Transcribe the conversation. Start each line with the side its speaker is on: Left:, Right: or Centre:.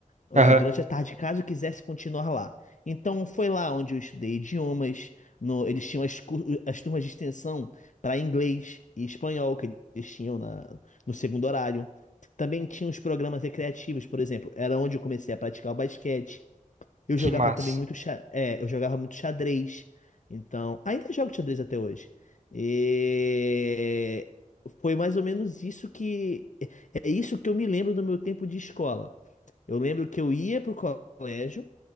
Left: ah,
Right: Aham.
Left: durante a tarde, caso eu quisesse continuar lá. Então foi lá onde eu estudei idiomas. no- eles tinham as, cu- as turmas de extensão para inglês e espanhol que eles tinham na, no segundo horário. Também tinha os programas recreativos, por exemplo, era onde eu comecei a praticar o basquete. Eu
Right: Que
Left: jogava
Right: massa.
Left: também muito, xa- é, eu jogava muito xadrez. Então, ainda jogo xadrez até hoje. E foi mais ou menos isso que é é isso que eu me lembro do meu tempo de escola. Eu lembro que eu ia pro colégio